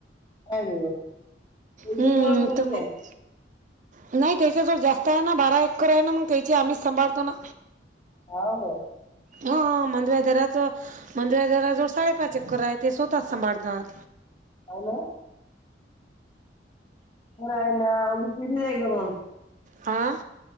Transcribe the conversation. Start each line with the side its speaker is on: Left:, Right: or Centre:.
Left: हो. त्याच्याजवळ
Right: हम्म तुमंग
Left: <inaudible>
Right: नाही त्याच्या जवळ जास्त आहे ना बारा एक्कर आहे ना मग त्याची आम्हीच सांभाळतो ना.
Left: हो का.
Right: हा मंदव्यादराच मंदिरा जरा जवळ साडेपाच चक्कर आहे ते स्वतःात सांभाळतात.
Left: हो ना. हो रा आहे ना आ बी चिरी जाय ग ब.
Right: हां.